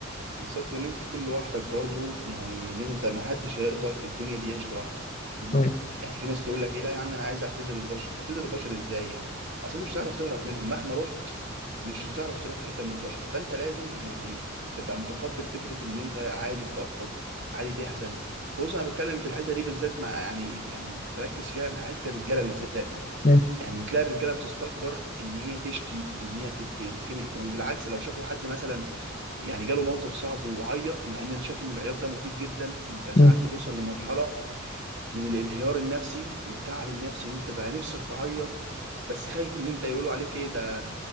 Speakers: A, on the right; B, on the left.
A: بالظبط وان انت تكون لوحدك برضو يعني ان انت ما حدش هيقدر في الدنيا دي يعيش لوحده فاهمني؟
B: مم.
A: يعني في ناس تقول لك ايه لا يا عم انا عايز اعتزل البشر تعتزل البشر ازاي يعني اصل انت مش هتعرف تهرب منهم مهما رحت مش هتعرف تروح في حته من البشر فانت لازم يعني تبقى متقبل فكره ان انت عادي تفضفض عادي تحزن بص انا بتكلم في الحته دي بالذات مع يعني يعني بركز فيها مع حته الرجاله بالذات
B: مم.
A: يعني تلاقي الرجاله بتستكبر ان هي تشكي ان هي تت- تتخنق وبالعكس لو شافوا حد مثلا يعني جاله موقف صعب وعيط مع ان انا شايف ان العياط ده مفيد جدا انت ساعات
B: مم.
A: بتوصل لمرحله من الانهيار النفسي والتعب النفسي ان انت بقى نفسك تعيط بس خايف ان انت يقولوا عليك ايه ده